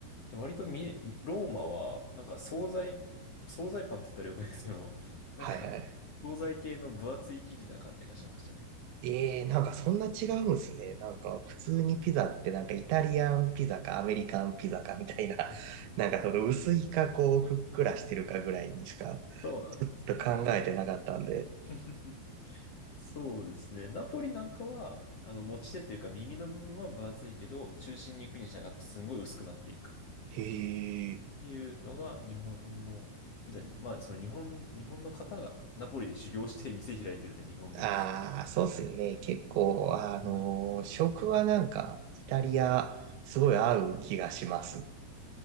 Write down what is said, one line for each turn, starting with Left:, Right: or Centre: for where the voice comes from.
Left: で、割とミ、ミローマは、なんか惣菜、惣菜パンって言ったらよくないですけど、なんか、
Right: はいはい。
Left: 惣菜系の分厚い生地な感じがしましたね。
Right: ええー、なんかそんな違うんすね。なんか普通にピザってなんかイタリアンピザかアメリカンピザかみたいな、<laughs>
Left: はい
Right: なんかその薄いかこうふっくらしてるかぐらいにしか
Left: そうなんですね。
Right: ちょっと考えてなかったんで。
Left: 多分、<laughs> そうですね。ナポリなんかは、あの、持ち手というか耳の部分は分厚いけど、中心に行くに従ってすんごい薄くなっていく。っ
Right: へえ。
Left: ていうのが日本のピザに、まあ、その日本、日本の方がナポリで修行して店開いてるんで、日本で。
Right: ああ、そうっすよね。結構、
Left: 割とそうなのかなっていう感じ。
Right: あのー食はなんかイタリアすごい合う気がします。
Left: <laughs>